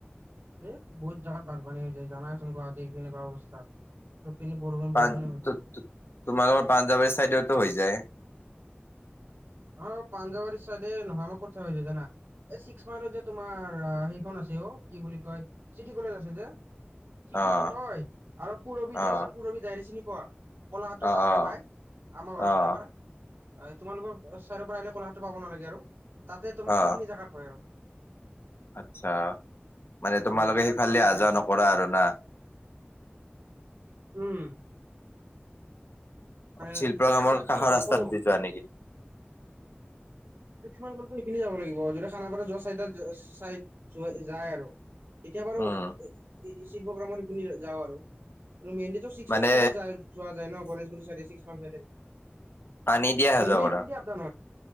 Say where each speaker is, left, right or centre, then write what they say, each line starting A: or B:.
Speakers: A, on the right; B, on the left.
A: এ বহুত জেগাত বানপানী হৈ যায়, জানাচোন গুৱাহাটীৰ কেনেকুৱা অৱস্থা। চব পিনে বৰষুণ বৰষুণে
B: পাওঁ,
A: হৈ থাকে।
B: টোত-টোত তোমালোকৰ পাঞ্জাৱাৰী চাইডতো হৈ যায়?
A: অ', পাঞ্জাবাৰী চাইডে নহয় আমাৰ ক <unintelligible> হৈ যায় জানা? এ ছিক্স মাইলত যে তোমাৰ সেইখন আছে অ, কি বুলি কয়, চিটি কলেজ আছে যে? সেইখিনিত
B: অ'
A: হয় আৰু পুৰবি যে
B: অ'
A: আছে পুৰবি দাৰি চিনি পোৱা? কলা ক্ষেত্ৰ
B: অ'
A: পাৰ
B: অ'
A: হৈ পায়, আমাৰ ঘৰৰ
B: অ'
A: চাইডৰ পৰা। তোমালোকৰ <unintelligible> চাইডৰ পৰা আহিলে কলা ক্ষেত্ৰ পাব নালাগে আৰু তাতে তোমাৰ
B: অ'
A: সেইখিনি জেগাত হয় আৰু।
B: আচ্ছা, মানে তোমালোকে
A: উম তাতে
B: সেইফালে
A: মানে
B: আহ
A: তোমাৰ
B: যোৱা নকৰা আৰু না?
A: উম। মানে
B: শিল্প
A: সিপিনে
B: গামৰ
A: অহা যোৱা কিয়
B: কাষৰ
A: নকৰো
B: ৰাস্তাটো
A: কৰো
B: দি যোৱা নেকি?
A: <unintelligible> সেইপিনে যাব লাগিব, যদি খানাপাৰা যোৱা চাইডত চাই যোৱা যায় আৰু। এতিয়া বাৰু
B: উম
A: শিল্প গ্ৰামৰ শিপিনী দি যাওঁ আৰু। <unintelligible> ছিক্স
B: মানে
A: মাইলৰ চাইডে যোৱা যায় ন, গণেশগুৰি ছাইডে ছিকস মাইল চাইডে?
B: পানী দি অহা
A: মেইনলি
B: যোৱা কৰা
A: এপিনেদি আপ ডাউন হয়।